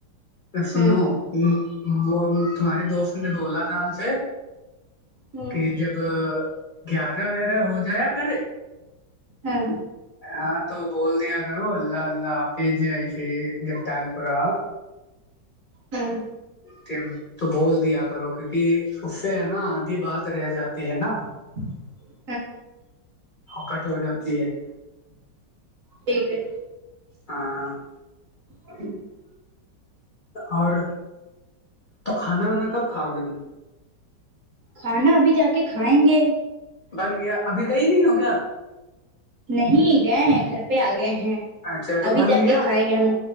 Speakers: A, on the left; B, on the right.
A: جب سنو
B: ہاں
A: <inaudible> وہ تمہاری دوست نے بولا تھا ہم سے
B: ہاں
A: کہ جب گیارہ ویارہ ہو جایا کرے
B: ہاں
A: ہاں تو بول دیا کرو اللہ اللہ آپ بھیے آئی پھر جب ٹائم پ رہا <inaudible>
B: ہوں
A: کہ تو بول دیا کرو کیونکہ اس سے ہے نا آدھی بات رہ جاتی ہے نا
B: ہ <inaudible>
A: کٹ ہو جاتی ہے <inaudible>
B: ٹھیک ہے
A: ہاں <inaudible>
B: ا <inaudible> <inaudible>
A: اور تو کھانا وانا کب کھاؤ گے تم
B: کھانا ابھی جا کے کھائیں گے
A: بن گیا ابھی گئی نہیں ہو کیا
B: نہیں گئے ہیں گھر پہ آ گئے ہیں
A: اچھا تو
B: ابھی
A: بن
B: جا
A: گیا
B: کے کھائیں گے ہم